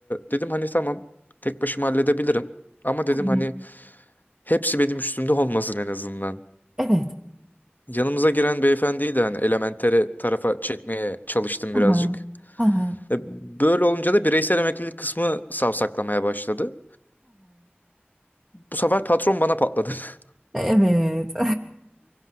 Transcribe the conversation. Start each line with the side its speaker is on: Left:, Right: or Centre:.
Left: dedim hani tamam tek başıma halledebilirim. Ama
Right: hı
Left: dedim hani hepsi benim üstümde olmasın en azından.
Right: evet,
Left: Yanımıza giren beyefendiyi de hani elementere tarafa çekmeye çalıştım
Right: hı
Left: birazcık.
Right: hı. Hı
Left: E, Böyle olunca da bireysel emeklilik kısmı savsaklamaya başladı. Bu sefer patron bana patladı. <laughs>
Right: evet.